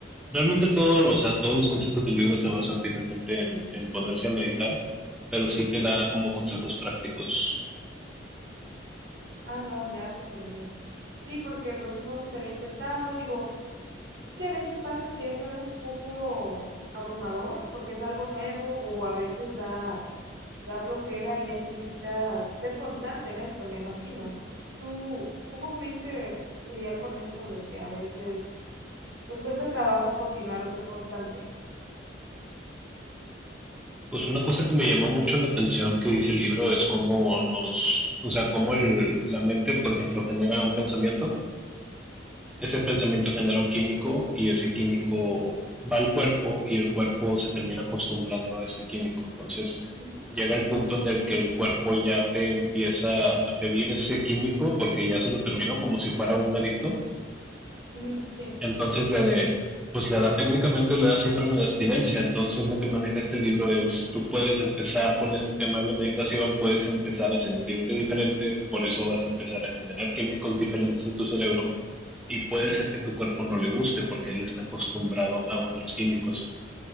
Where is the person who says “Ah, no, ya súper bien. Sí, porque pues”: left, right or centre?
Right